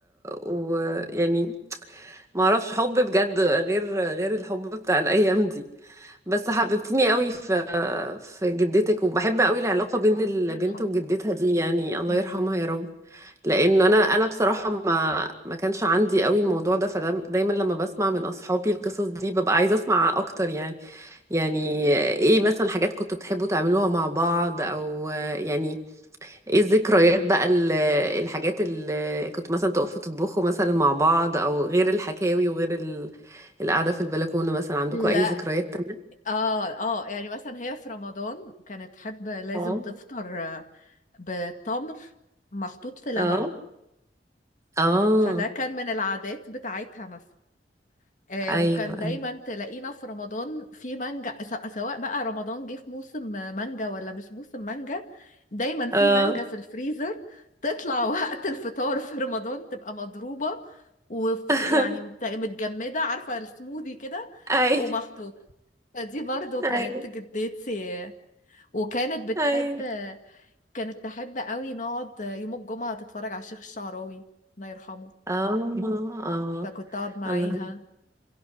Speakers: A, on the right; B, on the left.
A: و يعني ما اعرفش حب بجد غير غير الحب بتاع الايام دي بس حببتني قوي في في جدتك وبحب قوي العلاقة بين البنت
B: الله يرحمه
A: وجدتها دي يعني الله
B: مم.
A: يرحمها يا رب لانه انا انا بصراحة ما ما كانش عندي قوي الموضوع ده فده دايما لما بسمع من اصحابي القصص دي ببقى عايزة اسمع اكتر يعني يعني ايه مثلا حاجات كنتوا بتحبوا تعملوها مع بعض او يعني ايه الذكريات بقى ال- الحاجات اللي كنتوا مثلا تقفوا تطبخوا مثلا مع بعض او غير الحكاوي وغير ال- القعدة في البلكونة مثلا عندكم
B: لا
A: اي ذكريات
B: اه اه يعني مثلا هي في رمضان كانت تحب لازم
A: تانية
B: تفطر آه، بتمر محطوط في لبن
A: اه اه
B: فده كان من العادات بتاعتها مثلا آه،
A: ايوه
B: وكان دايما
A: أيوة.
B: تلاقينا في رمضان في مانجا س- سواء بقى رمضان جه في موسم مانجا ولا مش موسم مانجا دايما في
A: اه
B: مانجا في الفريزر تطلع <laughs> وقت الفطار في رمضان تبقى مضروبة ويعني
A: <laughs>
B: متجمدة عارفة السموذي كده
A: ايوه
B: ومخطوط فدي برضو
A: ايوه
B: كانت جدتي وكانت بتحب
A: ايوه
B: كانت تحب قوي نقعد يوم الجمعة تتفرج على الشيخ الشعراوي الله يرحمه
A: اه اه
B: فكنت اقعد معاها
A: الله